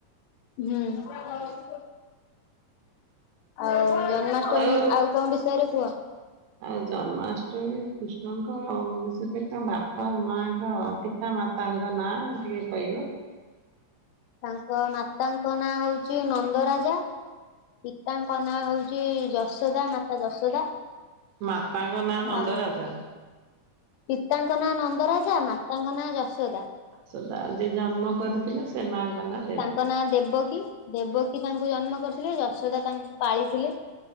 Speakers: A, on the left; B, on the right.
A: ହୁଁ। ଆଉ ଜନ୍ମାଷ୍ଟମୀ
B: ଆଉ
A: କଣ ବିଷୟରେ କୁହ
B: ଆଉ ଜନ୍ମାଷ୍ଟମୀ କୃଷ୍ଣଙ୍କ ଆଷ ତାଙ୍କ ବାପା ମାଙ୍କ ପିତା ମାତାଙ୍କ ନାଁ ଟିକେ କହିବ
A: ତାଙ୍କ ମାତାଙ୍କ ନାଁ ହଉଛି ନନ୍ଦରାଜା ପିତାଙ୍କ ନାଁ ହଉଛି ଯଶ ଯଶୋଦା ମାତା ଯଶୋଦା
B: ମାପାଙ୍କ ନାଁ
A: ହ
B: ନନ୍ଦରାଜା।
A: ପିତାଙ୍କ ନାଁ ନନ୍ଦରାଜା ମାତାଙ୍କ ନାଁ ଯଶୋଦା
B: ସଦା ଯି ଜନ୍ମ କରିଥିଲେ ସେ ମା ଗଲା
A: ତାଙ୍କ ନାଁ ଦେବକୀ ଦେବକୀ ତାଙ୍କୁ ଜନ୍ମ କରିଥିଲେ ଯଶୋଦା ତାଙ୍କୁ ପାଳିଥିଲେ